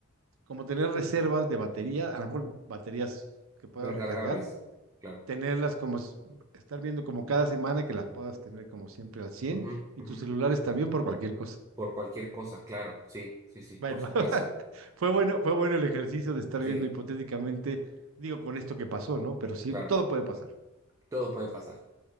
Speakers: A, on the right; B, on the right.
A: como tener reservas de batería, a lo mejor baterías que puedas
B: Recargables,
A: recargar,
B: claro.
A: tenerlas como, s- estar viendo como cada semana que las puedas tener como siempre al
B: Ujú,
A: cien y
B: ujú.
A: tus celulares también por cualquier cosa.
B: Por cualquier cosa, claro, sí, sí, sí,
A: Bueno,
B: por si acaso.
A: <laughs> fue bueno, fue bueno el ejercicio de estar
B: Sí,
A: viendo hipotéticamente, digo, con esto que pasó, ¿no? Pero sí,
B: claro,
A: todo puede pasar.
B: todo puede pasar.